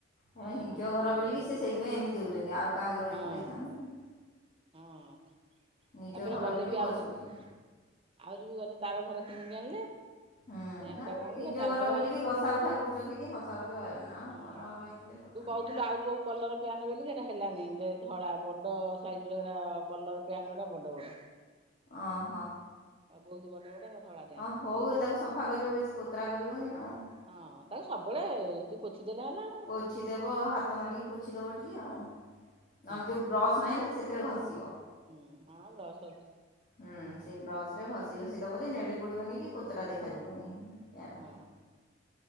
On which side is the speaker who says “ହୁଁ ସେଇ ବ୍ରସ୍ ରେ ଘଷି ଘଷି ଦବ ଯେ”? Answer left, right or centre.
Left